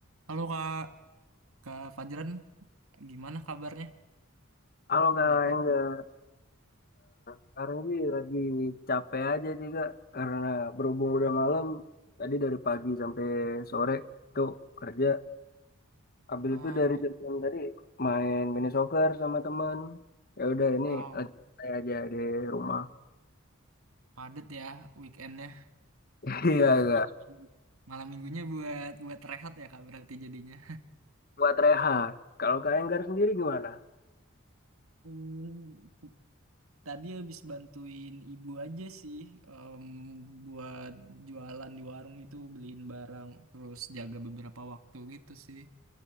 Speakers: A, on the right (about 80°); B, on the left (about 45°).
A: Halo Kak, Kak Fajran, gimana kabarnya?
B: Kalau nggak
A: Baik-baik.
B: yang nggak,
A: aja.
B: sekarang sih lagi capek aja sih kak, karena berhubung udah malam, tadi dari pagi sampai sore itu kerja. Habis
A: Ah,
B: itu dari jam enam tadi main mini soccer sama teman. Ya udah ini
A: wow,
B: lagi santai aja di rumah.
A: padat ya weekendnya.
B: <laughs> Iya
A: Dan ini
B: kak,
A: malam, minggu- malam minggunya buat buat rehat ya Kak berarti jadinya.
B: buat rehat. Kalau kak Enggar sendiri gimana?
A: Hmm, tadi habis bantuin ibu aja sih em, buat jualan di warung gitu, beliin barang, terus jaga beberapa waktu gitu sih.